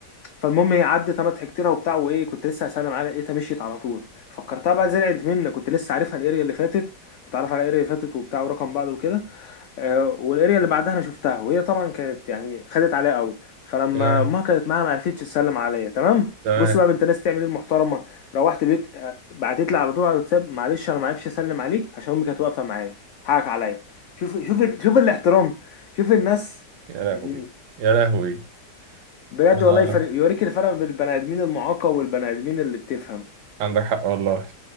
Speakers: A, on the left; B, on the right.
A: فالمهم هي عدت انا ضحكت لها وبتاع وايه كنت لسه هسلم عليها لقيتها مشيت على طول فكرتها بقى زعلت مني كنت لسه عارفها الاريا اللي فاتت بتعرف على الاريا اللي فاتت وبتاع ورقم بعض وكده آه والاريا اللي بعدها انا شفتها وهي طبعا كانت يعني خدت عليا قوي فلما
B: تمام
A: امها كانت معاها ما عرفتش تسلم عليا تمام
B: تمام
A: بص بقى بنت ناس تعمل ايه المحترمه روحت البيت آه، بعتت لي على طول على الواتساب معلش انا ما عرفش اسلم عليك عشان امي كانت واقفه معايا حقك عليا شوف شوف شوف الاحترام شوف الناس
B: يا لهوي
A: يا ديني
B: يا لهوي
A: بجد
B: أنا
A: والله يفرق يوريك الفرق بين البني ادمين المعاقة والبني ادمين اللي بتفهم
B: عندك حق والله